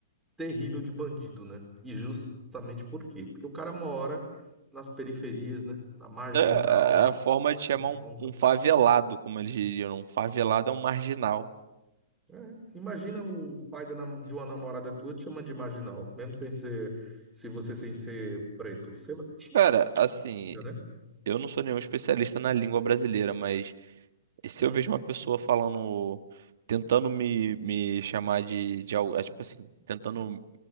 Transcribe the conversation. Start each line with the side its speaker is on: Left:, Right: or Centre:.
Centre: terrível de bandido, né? E justamente por quê? Porque o cara mora nas periferias, né? Na marginal,
Right: É é, é a forma de chamar
Centre: nas
Right: um,
Centre: pontas.
Right: um favelado, como eles diriam. Um favelado é um marginal.
Centre: É. Imagina o pai da nam- de uma namorada tua te chamando de marginal, mesmo sem ser, se você sem ser preto. Você vai te chamar
Right: Cara,
Centre: de festa
Right: assim,
Centre: ainda, né?
Right: eu não sou nenhum especialista na língua brasileira, mas se
Centre: Hum.
Right: eu vejo uma pessoa falando, tentando me, me chamar de, de algo, é, tipo assim, tentando